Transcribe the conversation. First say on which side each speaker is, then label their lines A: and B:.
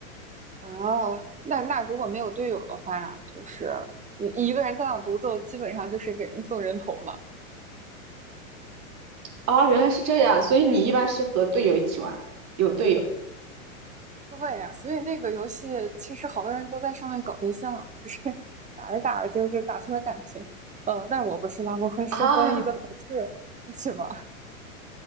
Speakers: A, on the right; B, on the right.
A: 啊，那那如果没有队友的话，就是你一个人单打独斗，基本上就是给人送人头了。
B: 哦，原来是这样，所以你一般是和队友一起玩，有队友。
A: 对呀，所以那个游戏其实好多人都在上面搞对象啊，就是 <laughs> 打着打着就是打出了感情。嗯，但我不是啦，我很适合一个同事一起玩儿
B: 啊，